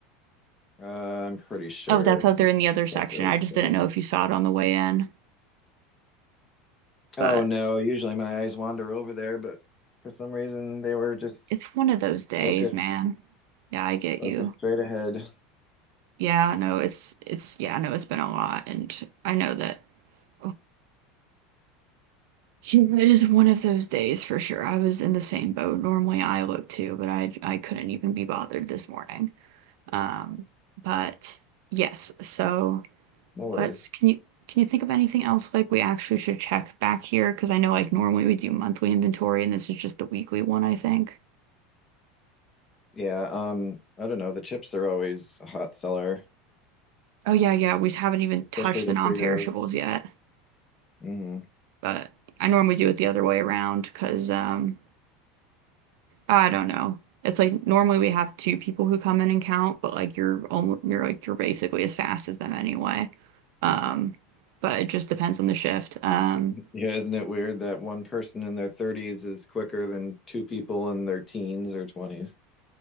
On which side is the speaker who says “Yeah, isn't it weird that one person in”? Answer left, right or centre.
Left